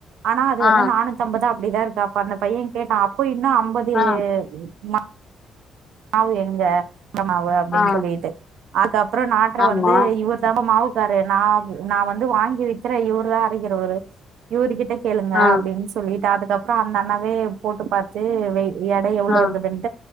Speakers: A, on the right; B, on the left.
A: ஆனா அது
B: ஆ
A: வந்து நானூத்தம்பது அப்டிதா இருக் பண்ண பையன் கேட்டா அப்போ இன்னு அம்பது
B: ஆ
A: ம மாவு எங்க உளுந்தமாவு அப்டின்னு
B: ஆ
A: சொல்லிட்டு ஆக அப்புறோ நாற்று
B: ஆமா
A: வந்து இவர் தாமா மாவு இருக்காரு நா நா வந்து வாங்கி விக்குறே இவருதா அரைக்கிறவரு இவரு கிட்ட கேளுங்க
B: ஆ
A: அப்டின் சொல்லிட் அதுக்கப்புறோ அந்த அண்ணாவே போட்டு பார்த்து வெய் <unintelligible> எட எவ்ளோ
B: ஆ
A: இருக்குதுண்டு